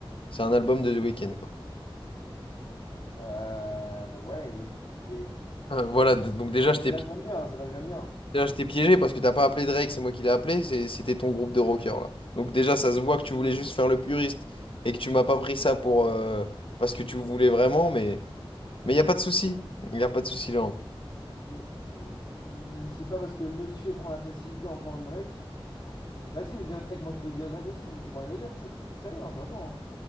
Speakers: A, on the left (about 65°); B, on the left (about 40°).
A: c'est un album de The Weeknd, quoi.
B: Euh, ouais, et, et-
A: Euh, voilà, d- donc déjà, je t'ai
B: C'est-à-dire
A: pi-
B: que j'aime bien, c'est-à-dire que j'aime bien.
A: déjà, je t'ai piégé parce que t'as pas appelé Drake, c'est moi qui l'ai appelé, c'est- c'était ton groupe de rockers, là. Donc déjà, ça se voit que tu voulais juste faire le puriste et que tu m'as pas pris ça pour, euh, parce que tu voulais vraiment, mais il mais n'y a pas de souci. Il n'y a pas de souci,
B: Mais euh, c'est pas parce que monsieur prend la facilité en prenant Drake. C'est facile de dire Drake, moi je peux dire Drake aussi, mais moi j'ai pas envie de le dire. C'est c'est très bien, j'entends. hein.